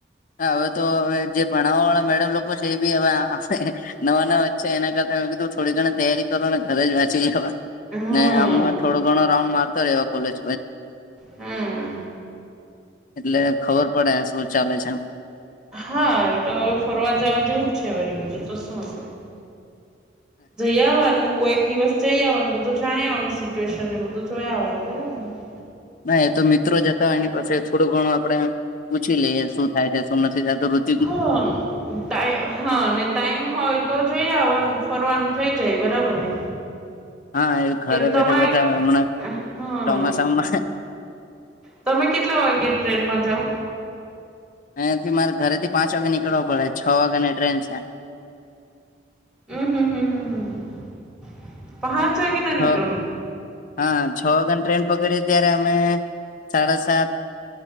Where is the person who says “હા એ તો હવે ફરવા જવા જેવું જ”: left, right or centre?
Centre